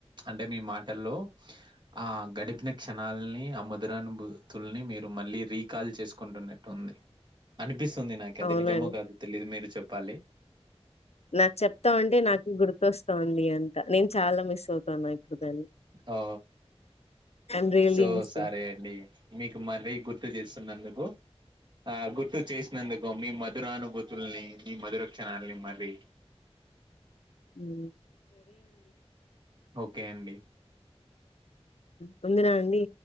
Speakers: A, on the right (about 45°); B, on the left (about 70°).
A: అంటే మీ మాటల్లో ఆ గడిపిన క్షణాలని ఆ ముదురానుభూతుల్ని మీరు మళ్ళీ రీకాల్ చేసుకుంటున్నట్టు టుందీ అనిపిస్తుంది నాకు అది
B: అవునండి.
A: నిజమో కాదు తెలిదు మీరు చెప్పాలి
B: నాకు చెప్తామంటే నాకు గుర్తొస్తుంది అంత నేను చాలా మిస్ అవుతాను ఇప్పుడు దాన్ని.
A: Oh
B: I am really
A: so
B: missing.
A: సరే అండి మీకు మళ్ళీ గుర్తు చేస్త నందుకు ఆ గుర్తు చేసినందుకో మీ మధురానుభూతుల్ని మీ మధుర కషణాలని మరి
B: ఉ
A: ఓకే అండి
B: పందిరా అండి